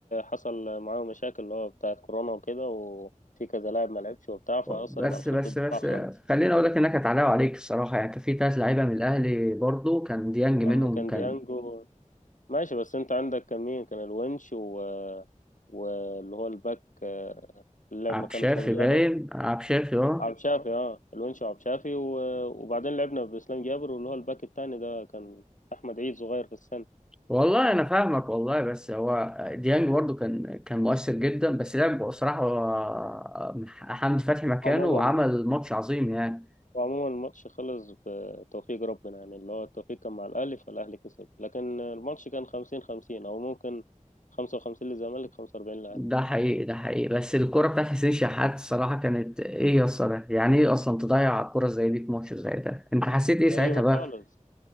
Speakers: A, on the left (about 70°); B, in the centre.
A: حصل معاه مشاكل اللي هو بتاعت كورونا وكده وفي كذا لاعب ما لعبش وبتاع فأثرت
B: بس
A: على خط
B: بس
A: الدفاع
B: بس
A: خالص
B: خليني اقول لك انها كانت علاء عليك الصراحه يعني كان في ثلاث لعيبه من الاهلي برضو كان ديانج منهم
A: يا عم كان
B: كان
A: ديانجو ماشي بس انت عندك كان مين كان الونش و... واللي هو الباك آه، اللي لعب
B: عبد
A: مكانه
B: شافي
A: اسلام جابر
B: باين عبد شافي اه
A: عبد شافي اه الونش وعبد شافي و... وبعدين لعبنا باسلام جابر واللي هو الباك التاني ده كان احمد عيد صغير في السن
B: والله انا فاهمك والله بس هو ديانج برضو كان كان مؤثر جدا بس لعب بصراحه هو- حمدي فتحي مكانه
A: فعموما
B: وعمل ماتش عظيم يعني
A: وعموما الماتش خلص بتوفيق ربنا يعني اللي هو التوفيق كان مع الأهلي فالأهلي كسب لكن الماتش كان خمسين خمسين أو ممكن خمسة وخمسين للزمالك خمسة وأربعين للأهلي
B: ده حقيقي ده حقيقي بس الكرة بتاعت حسين شحات الصراحة كانت ايه يا اسطى ده؟ يعني ايه اصلا تضيع كرة زي دي في ماتش زي ده انت حسيت ايه ساعتها
A: غريبة
B: بقى
A: <laughs> خالص